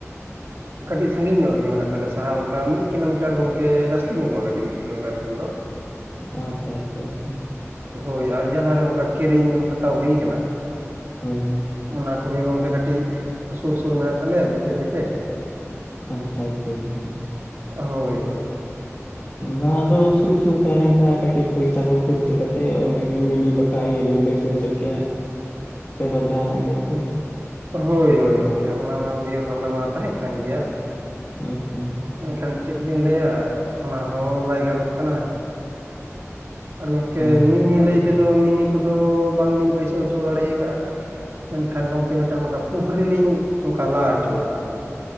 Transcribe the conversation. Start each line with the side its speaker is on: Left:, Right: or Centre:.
Left: <unintelligible> <inaudible>
Right: ᱠᱟᱹᱴᱤᱡ ᱥᱟᱺᱜᱤᱧ ᱧᱚᱜ ᱨᱮᱜᱮ ᱢᱮᱱᱟᱜ ᱛᱟᱞᱮ, ᱥᱟᱦᱟ ᱚᱝᱠᱟ ᱢᱤᱫ ᱠᱤᱞᱳ ᱢᱤᱴᱟᱨ ᱜᱚᱝᱠᱮ ᱡᱟᱹᱥᱛᱤ ᱧᱚᱜᱚᱜᱼᱟ ᱠᱟᱹᱴᱤᱡ ᱢᱤᱫ ᱠᱤᱞᱳ ᱢᱤᱴᱟᱨ ᱠᱷᱚᱱ ᱫᱚ᱾
Left: ᱟᱪᱪᱷᱟ ᱟᱪᱪᱷᱟ ᱟᱪᱪᱷᱟ᱾
Right: ᱦᱳᱭ ᱟᱨ ᱡᱟᱦᱟᱸ ᱨᱮ ᱚᱝᱠᱟ ᱠᱤᱨᱤᱧ ᱦᱟᱛᱟᱣ ᱦᱩᱭ ᱠᱟᱱᱟ,
Left: ᱦᱳᱭ ᱦᱳᱭ
Right: ᱚᱱᱟ ᱠᱚᱜᱮ ᱜᱚᱝ ᱠᱮ ᱠᱟᱹᱴᱤᱡ, ᱥᱳᱨ ᱥᱳᱨ ᱢᱮᱱᱟᱜ ᱛᱟᱞᱮᱭᱟ ᱡᱮᱯᱮᱫ ᱡᱮᱯᱮᱫ,
Left: ᱟᱪᱪᱷᱟ ᱟᱪᱪᱷᱟ ᱟᱪᱪᱷᱟ᱾
Right: ᱦᱳᱭ ᱦᱳᱭ᱾
Left: ᱵᱟᱝ ᱟᱫᱚ ᱥᱩᱨ ᱥᱩᱨ ᱛᱟᱦᱮᱸ ᱞᱮᱱ ᱠᱷᱟᱡ ᱠᱟᱹᱴᱤᱡ ᱯᱚᱭᱥᱟ ᱠᱚ ᱠᱷᱚᱨᱪᱟᱹ ᱠᱟᱛᱮᱜ ᱚᱸᱰᱮ ᱜᱮ ᱢᱤᱱᱤ ᱵᱟ <unintelligible> ᱵᱮᱱ ᱵᱟᱹᱭᱥᱚᱣ ᱦᱚᱪᱚ ᱠᱮᱭᱟ, ᱥᱮᱞᱳ ᱡᱟᱦᱟᱸᱱᱟᱜ ᱜᱮᱛᱮᱫ᱾
Right: ᱦᱳᱭ ᱦᱳᱭ ᱜᱚᱝᱠᱮ ᱚᱱᱟ ᱢᱟ ᱩᱭᱦᱟᱹᱨ ᱵᱷᱟᱵᱽᱱᱟ ᱢᱟ ᱛᱟᱦᱮᱸᱜ ᱠᱟᱱ ᱜᱮᱭᱟ,
Left: ᱟᱪᱪᱷᱟ ᱟᱪᱪᱷᱟ᱾
Right: ᱮᱱᱠᱷᱟᱱ ᱪᱮᱫ ᱵᱤᱱ ᱞᱟᱹᱭᱟ, ᱚᱱᱟ ᱦᱚᱸ ᱵᱟᱭ ᱜᱟᱱᱚᱜ ᱠᱟᱱᱟᱭ᱾ ᱟᱨ ᱜᱚᱢᱠᱮ
Left: ᱦᱚᱸ
Right: ᱢᱤᱱᱤ ᱞᱟᱹᱭ ᱛᱮᱫᱚ ᱢᱤᱱᱤ ᱠᱚᱫᱚ ᱵᱟᱝᱞᱤᱧ ᱵᱟᱹᱭᱥᱟᱹᱣ ᱦᱚᱪᱚ ᱫᱟᱲᱮ ᱠᱟᱜᱼᱟ᱾ ᱢᱮᱱᱠᱷᱟᱱ ᱜᱚᱢᱠᱮ ᱢᱤᱫᱴᱮᱱ ᱚᱱᱠᱟ ᱯᱩᱠᱷᱨᱤ ᱞᱤᱧ ᱚᱱᱠᱟ ᱞᱟ ᱦᱚᱪᱚ ᱠᱟᱜᱼᱟ ᱞᱤᱧ᱾